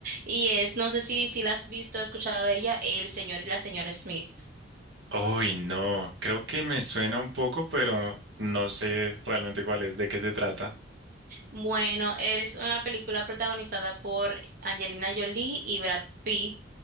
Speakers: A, on the right (about 50°); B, on the right (about 70°).
A: Y es, no sé si, si la has visto, has escuchado de ella, El señor y la señora Smith.
B: Uy, no, creo que me suena un poco, pero no sé realmente cuál es, de qué se trata.
A: Bueno, es una película protagonizada por Angelina Jolie y Brad Pitt